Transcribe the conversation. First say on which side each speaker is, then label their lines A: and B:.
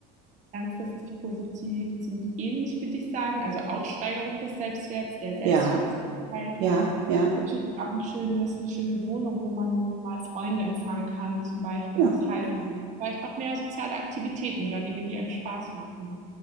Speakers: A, on the right; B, on the right.
A: Langfristig positiv, ziemlich ähnlich würde ich sagen. Also auch Steigerung des Selbstwerts, der Selbstwirksamkeit.
B: Ja, ja, ja.
A: Natürlich auch ein schönes, eine schöne Wohnung, wo man mal Freunde empfangen kann, zum Beispiel.
B: Ja,
A: Das heißt,
B: genau.
A: vielleicht auch mehr soziale Aktivitäten oder Dinge, die einem Spaß machen.